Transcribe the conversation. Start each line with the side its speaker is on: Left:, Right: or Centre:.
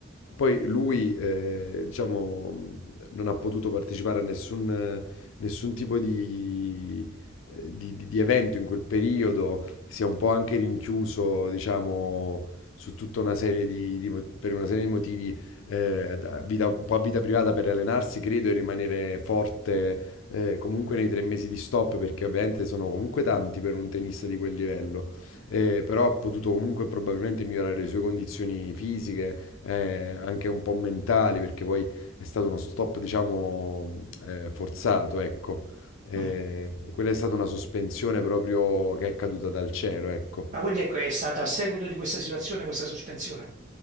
Left: poi lui, eh, diciamo, non ha potuto partecipare a nessun, nessun tipo di, eh, di- di- di evento in quel periodo, si è un po' anche rinchiuso, diciamo, su tutta una serie di, di mo- per una serie di motivi, eh, da vita- un po' a vita privata per allenarsi, credo, e rimanere forte, eh, comunque nei tre mesi di stop, perché ovviamente sono comunque tanti per un tennista di quel livello eh, però ha potuto comunque probabilmente migliorare le sue condizioni fisiche, eh, anche un po' mentali, perché poi è stato uno stop, diciamo, eh, forzato, ecco. Eh,
Right: Mm.
Left: quella è stata una sospensione proprio che è caduta dal cielo, ecco.
Right: Ma quindi ecco, è stata a seguito di questa situazione, questa sospensione.